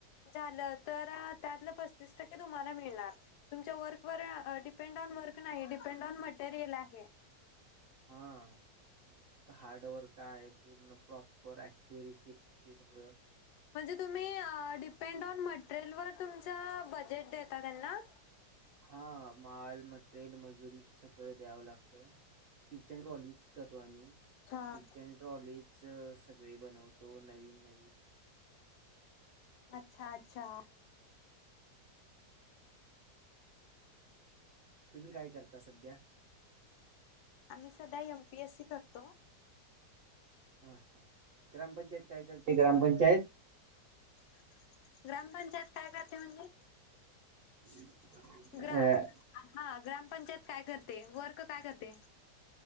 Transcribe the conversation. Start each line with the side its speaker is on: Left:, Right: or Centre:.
Left: झालं तर त्यातले पतीस टक्के तुम्हाला मिळणार तुमच्या वर्कवर अ डिपेंड ऑन वर्क नाही डिपेंड ऑन मटेरियल आहे.
Right: हा. हार्डवर्क आहे पूर्ण प्रॉपर ॲक्युरसी <unintelligible> सगळं.
Left: म्हणजे तुम्ही अ डिपेंड ऑन मटेरियल वर तुमच बजेट देता त्यांना?
Right: हा माल, मटेरियल, मजुरी सगळं द्यावं लागतं. किचन ट्रॉलीज करतो आम्ही
Left: अच्छा
Right: किचन ट्रॉलीच सगळे बनवतो सगळे नवीन नवीन.
Left: अच्छा अच्छा.
Right: तुम्ही काय करता सध्या?
Left: आम्ही सध्या यमपीएससी करतो.
Right: हा हा ग्रामपंचायत काय करते? ग्रामपंचायत
Left: <inaudible> ग्रामपंचायत काय करते म्हणजे?
Right: <inaudible>
Left: ग्रा
Right: अ
Left: हा ग्रामपंचायत काय करते? वर्क काय करते